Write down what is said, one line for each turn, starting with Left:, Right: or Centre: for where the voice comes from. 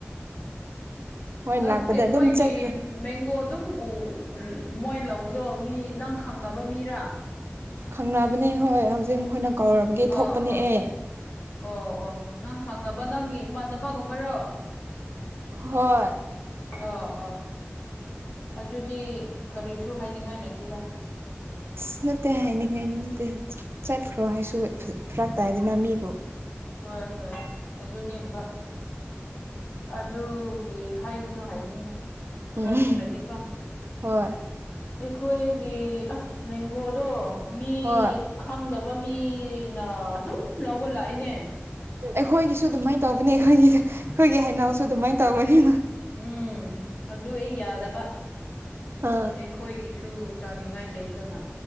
Right: ꯃꯣꯏ
Left: ꯑꯁ
Right: ꯂꯥꯛꯄꯗ
Left: ꯑꯩꯈꯣꯏꯒꯤ
Right: ꯑꯗꯨꯝ ꯆꯠꯈ꯭ꯔꯣ
Left: ꯃꯦꯡꯒꯣ ꯑꯗꯨꯝ ꯎ ꯃꯣꯏ ꯂꯧꯕꯗꯣ ꯃꯤ ꯅꯪ ꯈꯪꯅꯕ ꯃꯤꯔ
Right: ꯈꯪꯅꯕꯅꯦ ꯍꯣꯏ ꯍꯧꯖꯤꯛ ꯃꯈꯣꯏꯅ ꯀꯧꯔꯕꯒ ꯊꯣꯛꯄꯅꯦ
Left: ꯑꯥ ꯑꯥ
Right: ꯑꯦ
Left: ꯑꯣ ꯑꯣ ꯅꯪ ꯈꯪꯅꯕ ꯅꯪꯒꯤ ꯏꯃꯥꯟꯅꯕꯒꯨꯝꯕꯔꯣ
Right: ꯍꯣꯏ
Left: ꯑꯣ ꯑꯣ ꯑꯗꯨꯗꯤ ꯀꯔꯤꯁꯨ ꯍꯥꯏꯅꯤꯡꯉꯥꯏ ꯂꯩꯇꯦꯗ
Right: ꯑꯁ ꯅꯠꯇꯦ ꯍꯥꯏꯅꯤꯡꯉꯥꯏꯗꯤ ꯅꯠꯇꯦ ꯆꯠ ꯆꯠꯈ꯭ꯔꯣ ꯍꯥꯏꯁꯨ ꯐ꯭ꯔ ꯐꯔꯛ ꯇꯥꯏꯗꯅ ꯃꯤ
Left: ꯍꯣꯏ ꯍꯣꯏ ꯑꯗꯨꯅꯦꯕ ꯑꯗꯨꯒꯤ ꯍꯥꯏꯒꯅꯨ ꯍꯥꯏꯕꯅꯤꯗ
Right: ꯎꯝ
Left: ꯆꯥꯅꯤꯡꯔꯗꯤꯀꯣ
Right: ꯍꯣꯏ
Left: ꯑꯩꯈꯣꯏꯒꯤ ꯑꯁ ꯃꯦꯡꯒꯣꯗꯣ ꯃꯤ
Right: ꯍꯣꯏ
Left: ꯈꯪꯗꯕ ꯃꯤꯅ ꯑꯗꯨꯝ ꯂꯧꯕ ꯂꯥꯛꯏꯅꯦ
Right: ꯑꯩꯈꯣꯏꯒꯤꯁꯨ ꯑꯗꯨꯃꯥꯏꯟ ꯇꯧꯕꯅꯤ ꯑꯩꯈꯣꯏꯒꯤ ꯑꯩꯈꯣꯏꯒꯤ ꯍꯩꯅꯧꯁꯨ ꯑꯗꯨꯃꯥꯏꯟ ꯇꯧꯕꯅꯤ
Left: ꯎꯝ ꯑꯗꯨ ꯑꯩ ꯌꯥꯗꯕ
Right: ꯑꯥ
Left: ꯑꯩꯈꯣꯏꯒꯤꯁꯨ ꯆꯥꯅꯤꯡꯉꯥꯏ ꯂꯩꯇꯅ